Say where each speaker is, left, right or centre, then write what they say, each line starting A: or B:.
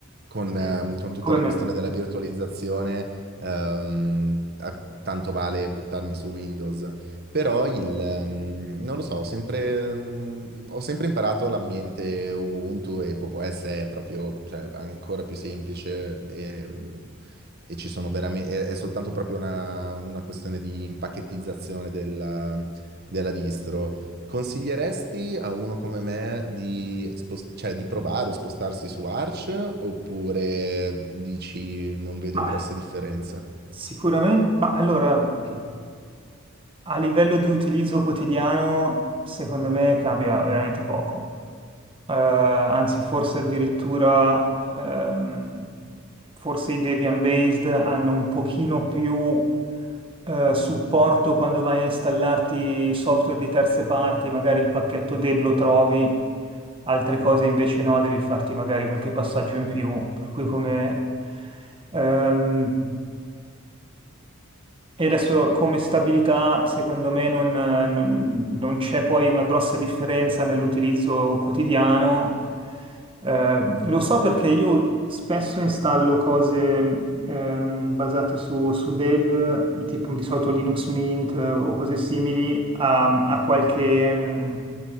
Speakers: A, on the right; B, on the right.
A: con,
B: sì.
A: ehm, con tutta
B: Come
A: la
B: me.
A: questione della virtualizzazione, ehm, a- tanto vale buttarmi su Windows. Però il, ehm, non lo so, ho sempre, mm, ho sempre imparato l'ambiente Ubuntu e Popo OS è proprio, cioè, ancora più semplice e, mhmm, e ci sono veramente, è, è soltanto proprio una, una questione di impacchettizzazione della, della distro. Consiglieresti a uno come me di, spost- cioè, di provare o spostarsi su Arch oppure dici non vedo
B: Ma
A: grosse differenze?
B: sicuramente, ma allora, a livello di utilizzo quotidiano, secondo me cambia veramente poco. eh, anzi forse addirittura ehm, forse i Debian based hanno un pochino più eh, supporto quando vai a installarti software di terze parti, magari il pacchetto deb lo trovi, altre cose invece no, devi farti magari qualche passaggio in più, per cui come ehm, e adesso come stabilità, secondo me, non, non- non c'è poi una grossa differenza nell'utilizzo quotidiano. Eh, lo so perché io spesso installo cose ehm, basate su, su Deb, tipo di solito Linux Mint eh, o cose simili, a, a qualche mm,